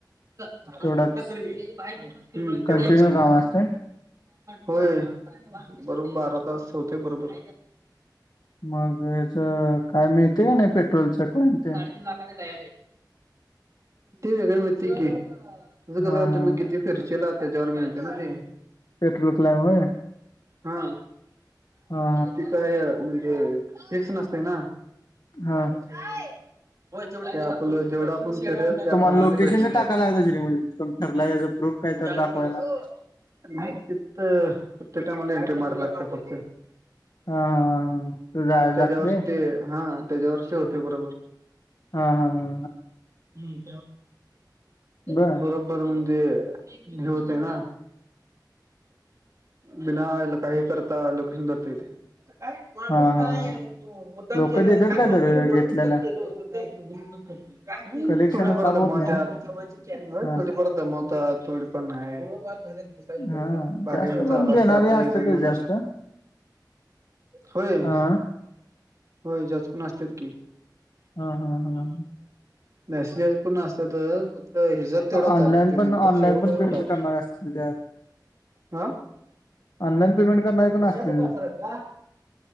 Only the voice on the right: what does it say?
हं
तेवढंच की.
होय बरोबर बारा तास होते बरोबर.
ते वेगळ मिळ की तिचं कस
आहे
तुम्ही किती फीरचीला त्याच्यावर मिळते ना ते.
हा
तिचा हे. फिक्स नसते न
ते आपलं जेवढा आपण फिरेल त्याप्रमाणे
भेटेल
चाळीस
पण <unintelligible>
<unintelligible> एन्ट्री मारायला लागत फक्त
त्याज्या
वर ते हा त्याज्यावरचे होते बरोबर.
ते
बरो तर म्हणजे हे होतेय ना. बिना आईला काहि करता लोकेशन धरता येते. आता काय माणूस
काय
मुद्दाम
केलेलं
काय तर बुल बोलून
तर केलं होत. <unintelligible> बिनु कर <unintelligible>
थोडीफार
दमव
त्यात
थोडीफार दमवतात थोडीफार नाही.
बाकी
चालू
आता
एक जागी
येऊन
बसलो होय.
होय जास्त करून असतात की.
नसेज कोण असतात फक्त हिजत तेवढा
ताप होते
नंतर
शेवटला
ताप
होतो
हा.
कशाच
कासरत का.